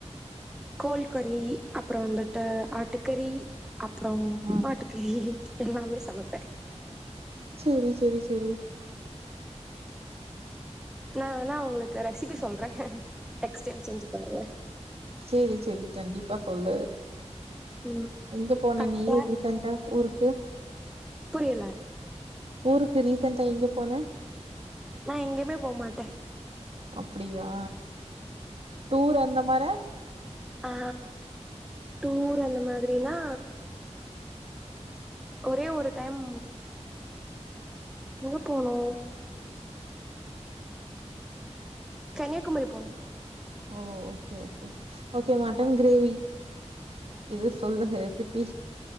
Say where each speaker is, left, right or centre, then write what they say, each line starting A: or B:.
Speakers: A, in the centre; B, on the right.
A: கோழிக்கறி அப்புற வந்துட்டு ஆட்டுக்கறி அப்புறோ
B: ம்
A: மாட்டுக்கறி எல்லாமே சமைப்பே
B: செரி செரி செரி
A: நா வேணா உங்களுக்கு ரெசிபி சொல்ற நெக்ஸ்ட் டைம் செஞ்சு பாருங்க
B: செரி செரி கண்டிப்பா சொல்லு
A: ம்
B: எங்க போன
A: கட்ட
B: நீ <unintelligible> ஊருக்கு
A: புரியல
B: ஊருக்கு ரீசென்டா எங்க போனே
A: நா எங்கேயுமே போ மாட்டே
B: அப்டியா டூர் அந்த மாரா
A: ஆ டூர் அந்த மாதிரினா ஒரே ஒரு டைம் எங்க போனோ கன்யாகுமரி போனோ
B: ஓ okay okay okay mutton gravy இது சொல்லுங்க ரெசிபி